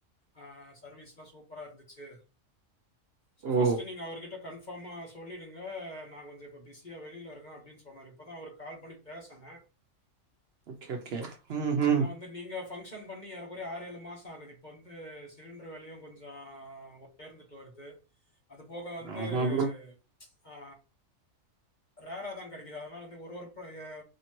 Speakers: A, on the left; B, on the right.
A: ஆ சர்வீஸ்லா சூப்பரா இருந்துச்சு ஸோ ஃபஸ்ட்டு
B: ஓ
A: நீங்க அவருகிட்ட கன்ஃபார்மா சொல்லிடுங்க நான் கொஞ்சோ இப்ப பிஸியா வெளில இருக்கேன் அப்டின் சொன்னாரு இப்பதா அவருக் கால் பண்ணி பேசனே
B: ஓகே ஓகே ம் ஹு
A: ஏன்னா வந்து நீங்க ஃபங்ஷன் பண்ணி ஏறக்குறைய ஆறு ஏழு மாசம் ஆகுது இப்ப வந்து சிலிண்டர் வெலையு கொஞ்சோ உயர்ந்துட்டு வருது அது போக வந்து
B: ஆமா ப்ரோ
A: ம் ச் ஆ ரேராதா கெடைக்கிது அதனால ஒரு ஒரு ப்ரைய